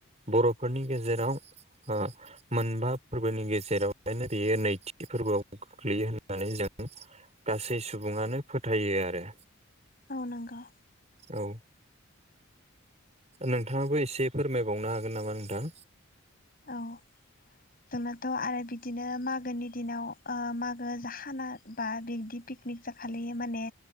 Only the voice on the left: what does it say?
औ नंगौ
औ जोंनाथ' आरो बिदिनो मागोनि दिनाव ओ मागो जा खाना बा बिदि पिकनिक जाखालै माने